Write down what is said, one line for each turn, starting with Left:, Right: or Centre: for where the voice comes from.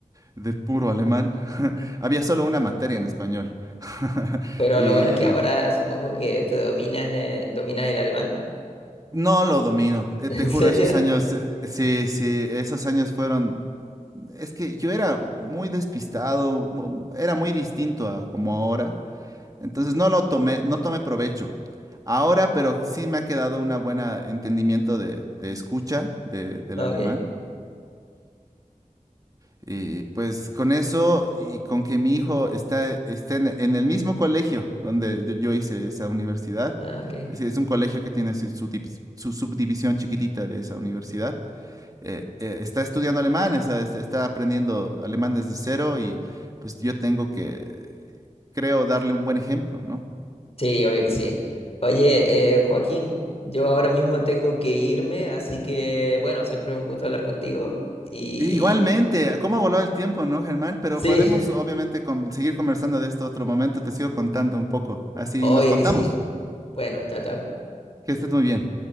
Right: de puro alemán. <laughs> Había solo una materia en español. <laughs>
Left: Pero
Right: Y
Left: lo bueno es que ahora supongo que te dominas, eh, dominas el alemán.
Right: No lo domino, eh,
Left: <laughs> ¿En
Right: te juro,
Left: serio?
Right: esos años, eh, sí, sí, esos años fueron, es que yo era muy despistado, mu- era muy distinto a como ahora, entonces no lo tomé, no tomé provecho. Ahora, pero sí me ha quedado un buen entendimiento de, de escucha de- del
Left: Ah,
Right: alemán
Left: Ok.
Right: y pues con eso y con que mi hijo está, esté en, en el mismo colegio donde yo yo hice esa universidad,
Left: Ah, ok.
Right: es decir, es un colegio que tiene su, su divis- su subdivisión chiquitita de esa universidad, eh, eh, está estudiando alemán, o sea, está, está aprendiendo alemán desde cero y pues yo tengo que, eh, creo, darle un buen ejemplo, ¿no?
Left: Sí, obvio que sí. Oye, eh, Joaquín, yo ahora mismo tengo que irme, así que bueno, siempre un gusto hablar contigo. Y
Right: I- Igualmente, ¿cómo voló el tiempo, no, Germán? Pero
Left: sí,
Right: podemos obviamente con- seguir conversando de esto otro momento, te sigo contando un poco,
Left: <laughs>
Right: así
Left: obvio
Right: nos contamos.
Left: que sí. Bueno, chao, chao.
Right: Que estés muy bien.